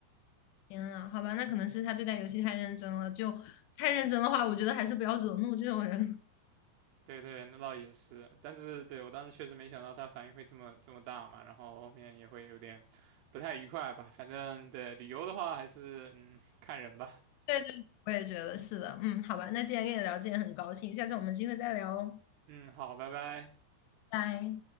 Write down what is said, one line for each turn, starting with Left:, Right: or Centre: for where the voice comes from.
Left: 天啊，好吧，那可能是他对待游戏太认真了，就太认真的话，我觉得还是不要惹怒这种人。
Right: 对对，那倒也是，但是对我当时确实没想到他反应会这么这么大嘛，然后后面也会有点不太愉快吧。反正对旅游的话，还是嗯看人吧。
Left: <laughs> 对对，我也觉得是的。嗯，好吧，那既然跟你聊这也很高兴，下次我们有机会再聊哦，
Right: 嗯，好，拜拜。
Left: 拜。